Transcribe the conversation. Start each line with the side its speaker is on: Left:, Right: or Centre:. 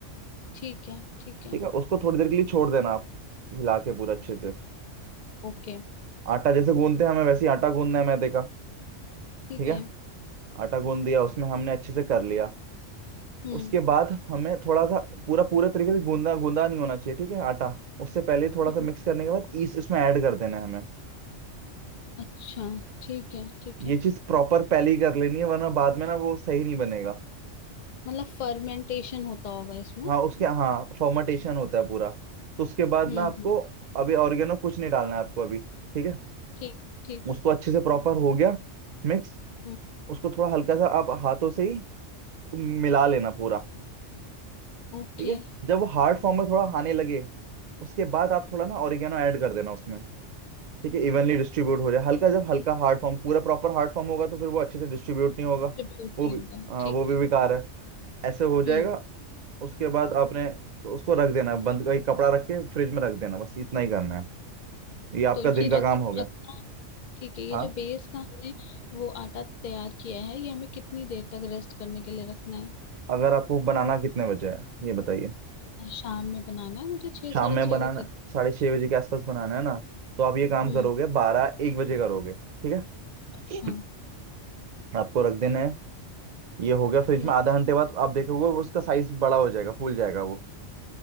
Left: ठीक है ठीक है
Right: ठीक है उसको थोड़ी देर के लिए छोड़ देना आप हिला के पूरा अच्छे से
Left: ओके
Right: आटा जैसे गूंदते हैं हमें वैसे ही आटा गूंदना है मैदे का
Left: ठीक
Right: ठीक है
Left: है
Right: आटा गूंद दिया उसमें हमने अच्छे से कर लिया
Left: हम्म
Right: उसके बाद हमें थोड़ा सा पूरा पूरे तरीके से गूंदा गूंदा नहीं होना चाहिए ठीक है आटा उससे पहले ही थोड़ा
Left: हम्म
Right: सा मिक्स करने के बाद ईस्ट इसमें ऐड कर देना है हमें
Left: अच्छा ठीक है ठीक
Right: ये
Left: है
Right: चीज प्रॉपर पहले ही कर लेनी है वरना बाद में ना वो सही नहीं बनेगा
Left: मतलब फर्मेंटेशन होता होगा इसमें
Right: हाँ उसके हाँ फर्मेंटेशन होता है पूरा तो उसके बाद
Left: हम्म
Right: ना आपको
Left: हम्म,
Right: अभी ऑर्गेनो कुछ नहीं डालना है आपको अभी ठीक है
Left: ठीक ठीक
Right: उसको अच्छे से प्रॉपर हो गया मिक्स
Left: हम्म
Right: उसको थोड़ा हल्का सा आप हाथों से ही मिला लेना पूरा
Left: ओके
Right: ठीक है जब वो हार्ड फॉर्म में थोड़ा आने लगे उसके बाद आप थोड़ा ना ऑरिगेनो ऐड कर देना उसमें ठीक है इवनली डिस्ट्रीब्यूट हो जाए हल्का जब हल्का हार्ड फॉर्म पूरा प्रॉपर हार्ड फॉर्म होगा तो फिर वो अच्छे से डिस्ट्रीब्यूट नहीं होगा
Left: डिस्ट्रीब्यूट
Right: वो भी
Left: होगा
Right: आ,
Left: ठीक
Right: वो भी
Left: है
Right: बेकार है ऐसे हो जाएगा
Left: हम्म
Right: उसके बाद आपने उसको रख देना है, बंद एक कपड़ा रख के फ्रिज में रख देना बस इतना ही करना है ये आपका
Left: तो ये
Right: दिन का
Left: रख
Right: काम हो गया
Left: रखना ठीक है ये
Right: हाँ
Left: जो बेस का हमने वो आटा तैयार किया है ये हमें कितनी देर तक रेस्ट करने के लिए रखना है
Right: अगर आपको बनाना कितने बजे है ये बताइए
Left: शाम में बनाना है मुझे छः
Right: शाम
Left: साढ़े
Right: में
Left: छः
Right: बनाना
Left: के करीब
Right: साढ़े छः बजे के आसपास बनाना है ना तो आप ये काम
Left: हम्म
Right: करोगे बारह एक बजे करोगे ठीक है
Left: अच्छा
Right: <clears throat> आपको रख देना है ये हो गया फ्रिज
Left: हम्म
Right: में आधा घंटे बाद आप देखोगे वो उसका साइज बड़ा हो जाएगा फूल जाएगा वो